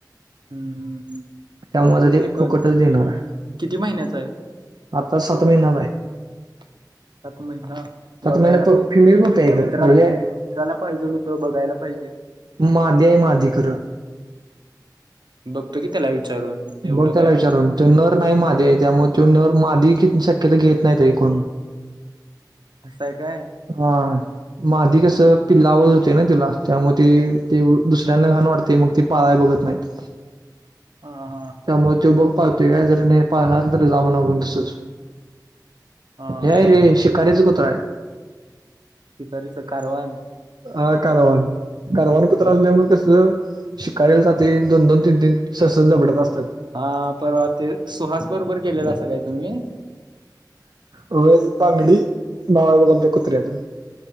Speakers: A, on the right (about 80°); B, on the right (about 65°).
A: हूं हूं हूं हूं हूं
B: त्यामुळे
A: बघतो
B: आता
A: घे
B: ते
A: कोण
B: फुकटच देणार आहे
A: किती महिन्याच आहे.
B: आता सात महिना वा
A: <inaudible> सात महिन
B: सात
A: बघायला
B: महिन्यात
A: पाहिजे
B: फिमेल पप्पी
A: एक्या
B: आहे खरं
A: मित्राला
B: हे आहे
A: मित्राला पाहिजेल होत बघायला पाहिजे.
B: मादी हाय मादी खर
A: बघतो की त्याला विचारून एवढं
B: बघ
A: काय
B: त्याला विचारून तो नर नाही माधी आहे त्यामुळे तो नर माधी शक्यता घेत नाहीत रे कोणं
A: असंय काय?
B: हा माधी कस पिल्लावर होते ना तिला त्यामुळ ती ती दुसऱ्यांना घाण वाटते मग ती पळाय बघत नाहीत.
A: हा हा
B: त्यामुळे त्यो बघ पाळतोय काय जरी नाही पाळला तरी जामागून असच
A: हा
B: हें हाय रे शिकारीच कुत्रा आहे.
A: शिकरीच कारवाण.
B: अ कारवान कारवान कुत्र
A: हा
B: असंल्यामुळं कस शिकारीला जाते दोन दोन तीन तीन सस जबड्यात असतात.
A: हा परवा ते सुहास बरोबर गेलेला असा काय तुम्ही
B: होय बांगडी नाव हाय बघ आमच्या कुत्र्याच